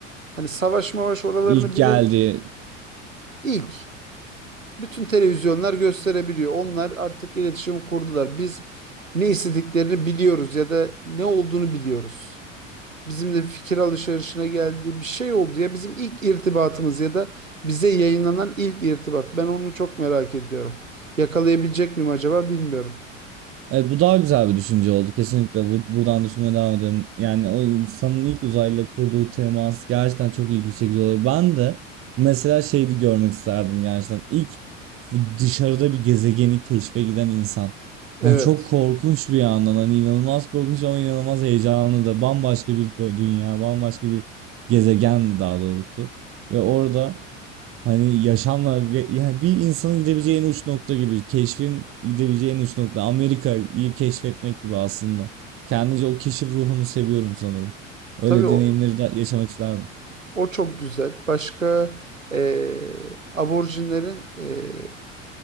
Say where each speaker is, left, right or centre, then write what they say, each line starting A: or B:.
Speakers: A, on the right; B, on the right.
A: Hani savaş mavaş oralarını
B: İlk geldiği
A: bile ilk bütün televizyonlar gösterebiliyor. Onlar artık iletişim kurdular. Biz ne istediklerini biliyoruz ya da ne olduğunu biliyoruz. bizimle fikir alışverişine geldi. Bir şey oldu ya bizim ilk irtibatımız ya da bize yayınlanan ilk irtibat. Ben onu çok merak ediyorum. Yakalayabilecek miyim acaba bilmiyorum.
B: Evet bu daha güzel bir düşünce oldu. Kesinlikle bu, buradan düşünmeye devam edelim. Yani o insanın ilk uzayla kurduğu temas gerçekten çok ilgi çekici oluyor. Ben de mesela şeydi görmek isterdim gerçekten. İlk dışarıda bir gezegeni keşfe giden insan.
A: Evet.
B: Yani çok korkunç bir yandan hani inanılmaz korkunç ama inanılmaz heyecanlı da bambaşka bir do- dünya, bambaşka bir gezegen daha doğrusu. Ve orada Hani yaşamla ve- yani bir insanın gidebileceği en uç nokta gibi keşfin gidebileceği en uç nokta Amerika'yı keşfetmek gibi aslında. Kendince o keşif ruhunu seviyorum sanırım. Öyle
A: Tabii o,
B: deneyimleri de yaşamak isterdim.
A: o çok güzel. Başka eee aborjinlerin eee